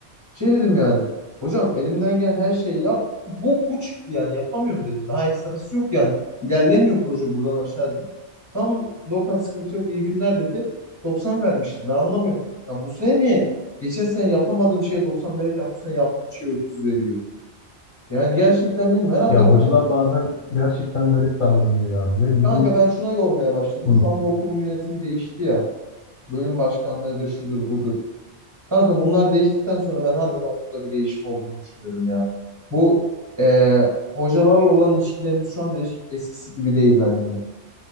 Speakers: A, on the right; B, on the left.
A: şey dedim yani. Hocam elimden gelen her şeyi yap. Bu, bu çıktı yani yapamıyorum dedim. Daha ekstrası yok yani. İlerlemiyor proje buradan aşağı dedim. Tam Doğukan sıkıntı yok iyi günler dedi. doksan vermişti ben anlamıyorum. Ya bu sene niye? Geçen sene yapamadığım şeye 90 verirken bu sene yaptığım şeye 30 veriyor. Yani gerçekten bilmiyorum. Herhalde
B: Ya hocalar
A: bu
B: bazen gerçekten garip davranıyor ya. Ve bizim
A: kanka ben şuna yormaya başladım.
B: Hı,
A: Şu anda okulun yönetimi değişti ya. Bölüm başkanlığıdır, şudur, budur. Kanka bunlar değiştikten sonra ben harbiden okulda bir değişim olduğunu düşünüyorum ya. Bu e, hocalarla olan ilişkilerimiz şu anda eş- eskisi gibi değil bence.